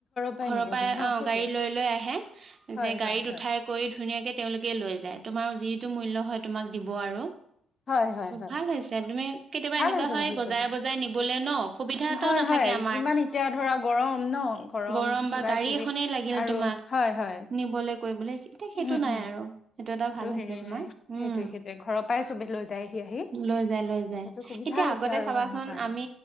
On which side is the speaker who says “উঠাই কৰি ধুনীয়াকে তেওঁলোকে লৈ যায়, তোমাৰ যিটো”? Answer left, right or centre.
Right